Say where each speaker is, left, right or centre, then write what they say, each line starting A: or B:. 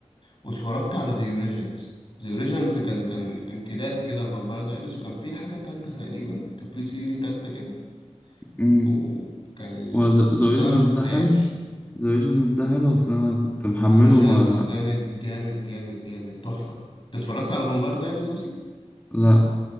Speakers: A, on the left; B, on the left.
A: واتفرجت على ذا اوريجينالز ذا اوريجينالز كان كان امتداد كده لفامباير دايريز وكان في حاجه تالته تقريبا كان في سيري تالته كده
B: امم
A: وكان
B: وذا
A: بس
B: أوريجينال
A: انا ما شفتهاش
B: ده حلو ذا أوريجينال ده حلو أصل أنا كنت محمله
A: ذا اوريجينالز
B: ما
A: جامد جامد جامد جامد تحفة انت اتفرجت على فامباير دايريز اصلا
B: لأ